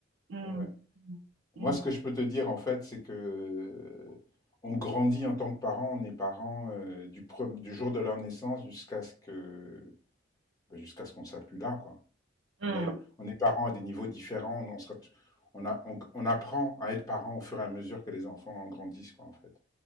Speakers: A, on the right; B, on the left.
A: Mm,
B: Ouais.
A: mm, mm,
B: Moi, ce que je peux te dire, en fait, c'est que euh, on grandit en tant que parents, on est parents euh, du, pre- du jour de leur naissance jusqu'à ce que, ben, jusqu'à ce qu'on s'appuie là, quoi.
A: mm.
B: On est, on est parents à des niveaux différents. On, on sera t- on a- on- on apprend à être parent au fur et à mesure que les enfants en grandissent, quoi, en fait.